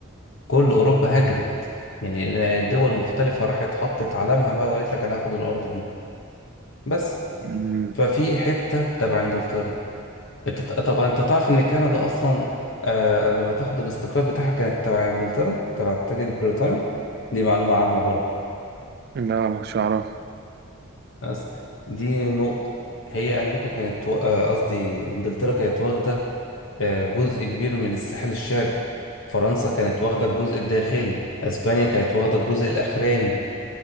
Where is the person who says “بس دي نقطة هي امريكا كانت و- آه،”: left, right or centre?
Left